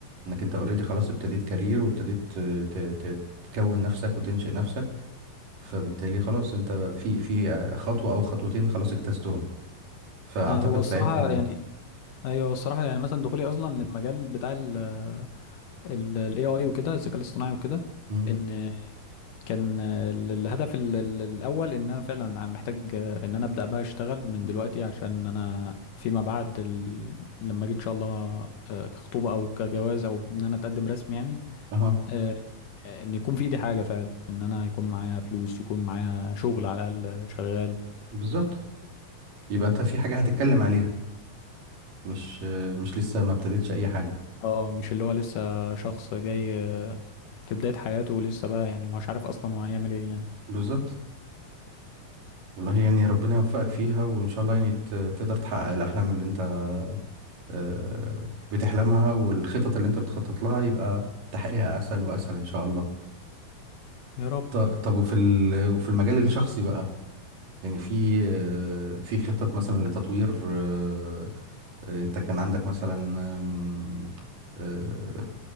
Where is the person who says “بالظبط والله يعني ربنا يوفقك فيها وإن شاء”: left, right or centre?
Right